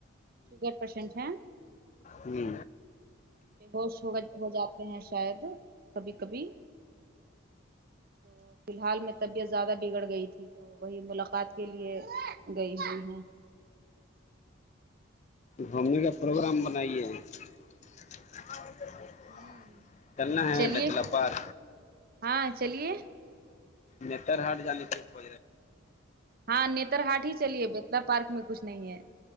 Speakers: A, on the right; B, on the left.
A: شگر پیشنٹ ہیں
B: ہی
A: ہوش ہو ہو جاتے ہیں شاید کبھی کبھی تو فی الحال میں طبیعت زیادہ بگڑ گئی تھی تو وہی ملاقات کے لیے گئی ہوئی ہیں
B: گھ نے کا پروگرام بنائیے <inaudible>
A: ہوں
B: چلنا ہے
A: چلیے
B: ڈچلا پار
A: ہاں چلیے
B: نتر ہاٹ جال تھ و
A: ہاں نیتر ہاٹ ہی چلیے بیتلا پارک میں کچھ نہیں ہے